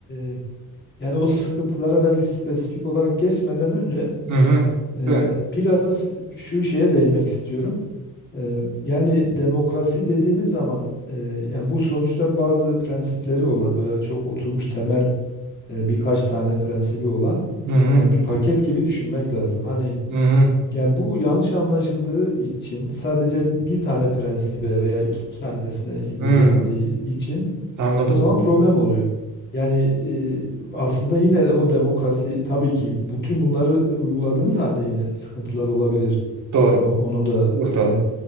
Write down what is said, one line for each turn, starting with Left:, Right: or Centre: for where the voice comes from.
Left: e, yani o sıkıntılara belki spesifik olarak geçmeden önce
Right: hı hı.
Left: e,
Right: Böyle.
Left: biraz şu şeye değinmek istiyorum. E, yani demokrasi dediğimiz zaman e, yani bu sonuçta bazı prensipleri olan böyle çok oturmuş temel e, birkaç tane prensibi olan
Right: Hı hı
Left: yani bir paket gibi düşünmek lazım. Hani
Right: hı hı.
Left: yani bu yanlış anlaşıldığı için sadece bir tane prensibe veya iki tanesine indirgendiği
Right: hı.
Left: için
Right: Anladım.
Left: o zaman problem oluyor. Yani e, aslında yine o demokrasi tabii ki bütün bunları e, uyguladığımız halde yine sıkıntılar olabilir.
Right: Doğru.
Left: O- Onu da
Right: Doğru.
Left: e,